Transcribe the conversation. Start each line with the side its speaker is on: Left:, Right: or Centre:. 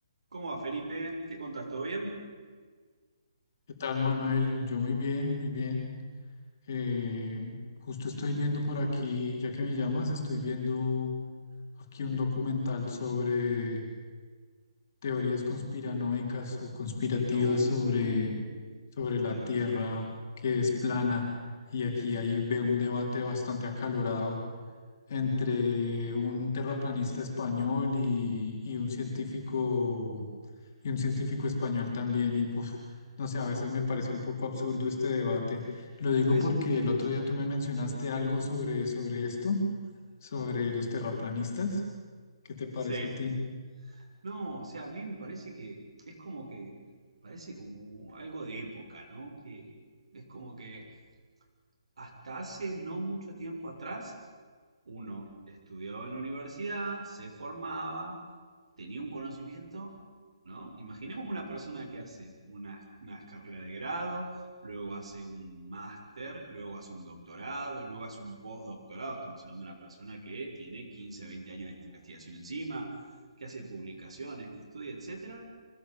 Right: ¿Cómo va, Felipe? ¿Qué contás? ¿Todo bien?
Left: ¿Qué tal, Manuel? Yo muy bien, muy bien. Eh, justo estoy viendo por aquí, ya que me llamas, estoy viendo aquí un documental sobre teorías conspiranoicas o conspirativas
Right: Uh,
Left: sobre, sobre la
Right: terrible.
Left: Tierra que es plana. Y aquí ahí veo un debate bastante acalorado entre un terraplanista español y, y un científico y un científico español también. Y pues, no sé, a veces me parece un poco absurdo este debate. Lo digo
Right: Es
Left: porque
Right: un poco
Left: el otro
Right: absurdo.
Left: día tú me mencionaste algo sobre, sobre esto, sobre los terraplanistas. ¿Qué te parece
Right: Sí.
Left: a ti?
Right: No, o sea, a mí me parece que es como que, parece como algo de época, ¿no? Que es como que hasta hace no mucho tiempo atrás uno estudiaba en la universidad, se formaba, tenía un conocimiento, ¿no? Imaginemos una persona que hace una, una carrera de grado, luego hace un máster, luego hace un doctorado, luego hace un postdoctorado. Estamos hablando de una persona que tiene 15, 20 años de investigación encima, que hace publicaciones, que estudia, etcétera,